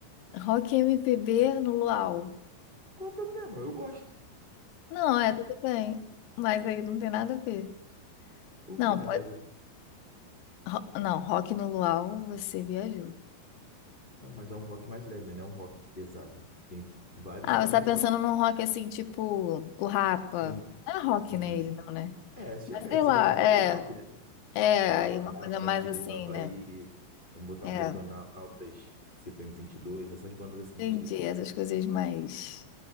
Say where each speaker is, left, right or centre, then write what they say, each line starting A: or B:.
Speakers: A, on the left; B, on the left.
A: rock M P B no luau.
B: Qual é o problema? Eu gosto.
A: Não, é tudo bem. Mas aí não tem nada a ver.
B: Por
A: Não,
B: que nada
A: pode.
B: a ver?
A: ro- Não, rock no luau, você viajou.
B: Não, mas é um rock mais leve, né? Não é um rock pesado. Tem vários
A: Ah,
B: tipos
A: você tá
B: de
A: pensando
B: rock.
A: num rock assim, tipo o Rapa.
B: É, e-
A: Não é rock,
B: isso.
A: né? Ele não, né?
B: É, se-
A: Mas
B: é,
A: sei
B: seria
A: lá,
B: um pop
A: é.
B: rock, né?
A: É,
B: Ro-
A: aí
B: Rapa,
A: uma coisa mais
B: Engenheiros
A: assim,
B: do Havaí,
A: né?
B: vamos botar
A: É,
B: um Detonautas, CPM dois, essas bandas assim
A: entendi.
B: do tipo.
A: Essas coisas mais,